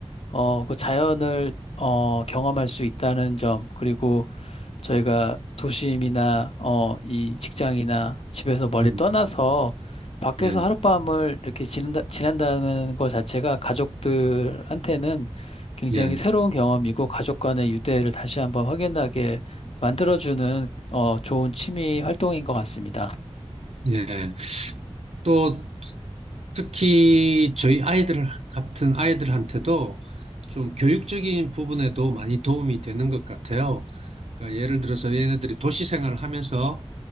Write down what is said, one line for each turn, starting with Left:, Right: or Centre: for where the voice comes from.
Left: 어, 그 자연을, 어, 경험할 수 있다는 점, 그리고 저희가 도심이나 어, 이 직장이나 집에서 멀리
Right: 음,
Left: 떠나서 밖에서
Right: 예,
Left: 하룻밤을 이렇게 지낸다, 지낸다는 것 자체가 가족들한테는 굉장히
Right: 예,
Left: 새로운 경험이고 가족 간의 유대를 다시 한번 확인하게 만들어주는 어, 좋은 취미 활동인 것 같습니다.
Right: 예. 또 특히 저희 아이들 같은 아이들한테도 좀 교육적인 부분에도 많이 도움이 되는 것 같아요. 그러니까 예를 들어서 얘네들이 도시 생활을 하면서